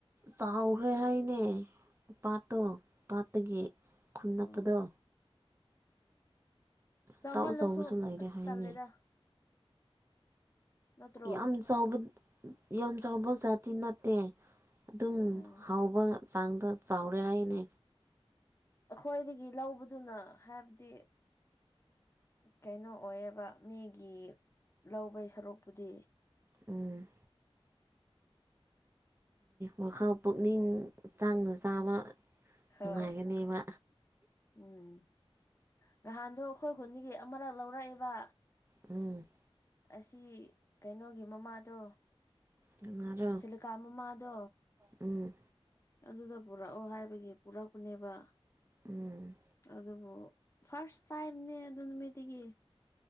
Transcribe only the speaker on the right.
ꯆꯥꯎꯈ꯭ꯔꯦ ꯍꯥꯏꯅꯦ ꯄꯥꯠꯇꯣ ꯄꯥꯠꯇꯒꯤ ꯈꯨꯟ ꯅꯞꯄꯗꯣ
ꯑꯆꯧ ꯑꯆꯧꯕꯁꯨ ꯂꯩꯔꯦ
ꯍꯥꯏꯅꯦ
ꯌꯥꯝ ꯆꯥꯎ ꯌꯥꯝ ꯆꯥꯎꯕ ꯖꯥꯇꯤ ꯅꯠꯇꯦ ꯑꯗꯨꯝ
ꯍꯥꯎꯕ ꯆꯥꯡꯗ ꯆꯥꯎꯔꯦ ꯍꯥꯏꯅꯦ
ꯎꯝ ꯋꯥꯈꯜ ꯄꯨꯛꯅꯤꯡ ꯆꯥꯡꯅ ꯆꯥꯕ
ꯅꯨꯡꯉꯥꯏꯒꯅꯦꯕ
ꯎꯝ
ꯀꯅꯥꯔꯣ
ꯎꯝ
ꯎꯝ